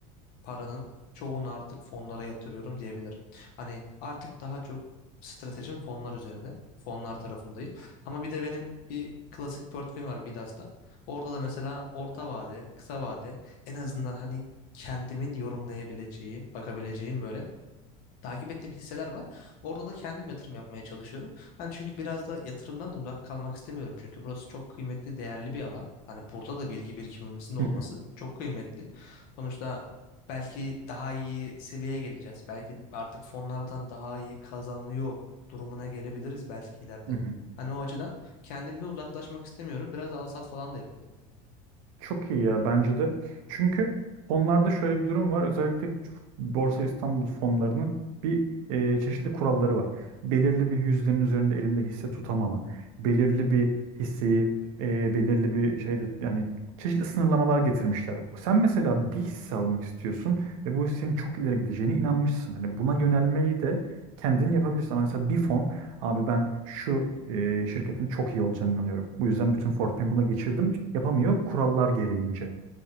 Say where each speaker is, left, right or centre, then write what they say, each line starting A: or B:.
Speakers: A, on the left; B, on the right.
A: paranın çoğunu artık fonlara yatırıyorum diyebilirim. Hani artık daha çok stratejim fonlar üzerine. Fonlar tarafındayım. Ama bir de benim bir klasik portföyüm var Midas'ta. Orada da mesela orta vade, kısa vade en azından hani kendimin yorumlayabileceği, bakabileceğim böyle takip ettiğim hisseler var. Orada da kendim yatırım yapmaya çalışıyorum. Hani çünkü biraz da yatırımdan da uzak kalmak istemiyorum. Çünkü burası çok kıymetli, değerli bir alan. Hani burada da bilgi birikimimizin olması
B: Hı hı.
A: çok kıymetli. Sonuçta belki daha iyi seviyeye geleceğiz. Belki artık fonlardan daha iyi kazanıyor durumuna gelebiliriz belki ileride.
B: Hı hı.
A: Hani o açıdan kendimde uzaklaşmak istemiyorum. Biraz al sat falan da yapıyorum.
B: Çok iyi ya bence de. Çünkü fonlarda şöyle bir durum var. Özellikle Borsa İstanbul fonlarının bir e, çeşitli kuralları var. Belirli bir yüzdenin üzerinde elinde hisse tutamama, belirli bir hisseyi e, belirli bir şeyde yani çeşitli sınırlamalar getirmişler. Sen mesela bir hisse almak istiyorsun ve bu hissenin çok ileri gideceğine inanmışsın. Hani buna yönelmeyi de kendin yapabilirsin. Ama mesela bir fon Abi ben şu e, şirketin çok iyi olacağına inanıyorum. Bu yüzden bütün Fortnite'ı buna geçirdim. Yapamıyor kurallar gereğince.